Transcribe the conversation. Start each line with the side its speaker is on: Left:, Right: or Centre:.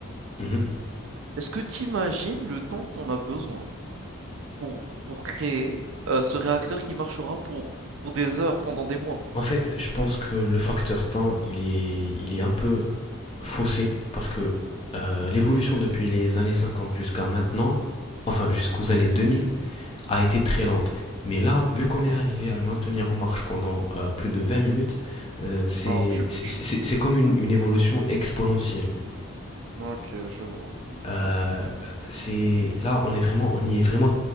Left: Mhm.
Right: Est-ce que tu imagines le temps qu'on a besoin pour, pour créer euh, ce réacteur qui marchera pour, pour des heures, pendant des mois?
Left: En fait, je pense que le facteur temps, il est, il est un peu faussé parce que euh, l'évolution depuis les années 50 jusqu'à maintenant, enfin jusqu'aux années 2000, a été très lente. Mais là, vu qu'on est arrivé à le maintenir en marche pendant euh, plus de 20 minutes, euh, c'est
Right: Ah, tu,
Left: c'est-
Right: tu-
Left: c'est comme une, une évolution exponentielle.
Right: Ok, je vois.
Left: Euh,
Right: Je vois, je vois, je vois.
Left: c'est là, on est vraiment, on y est vraiment